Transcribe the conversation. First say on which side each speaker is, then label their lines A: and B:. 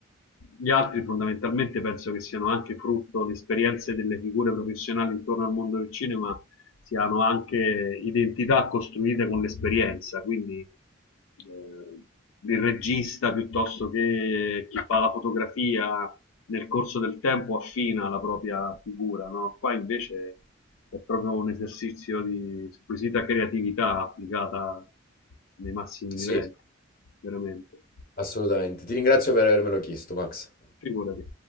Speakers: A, on the left; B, on the left.
A: gli altri fondamentalmente penso che siano anche frutto le esperienze delle figure professionali intorno al mondo del cinema, siano anche identità costruite con l'esperienza, quindi eh, il regista piuttosto che chi fa la fotografia nel corso del tempo affina la propria figura, no? Qua invece è proprio un esercizio di squisita creatività applicata nei massimi
B: Sì,
A: livelli, veramente.
B: assolutamente. Ti ringrazio per avermelo chiesto, Max.
A: Figurati.